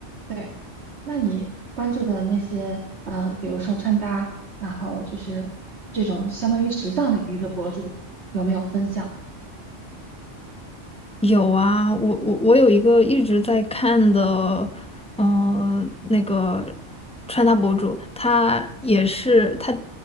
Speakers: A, on the right; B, in the centre.
A: 对。那你关注的那些呃，比如说穿搭，然后就是这种相当于时尚领域的博主，有没有分享？
B: 有啊，我我我有一个一直在看的，嗯，那个穿搭博主，他也是他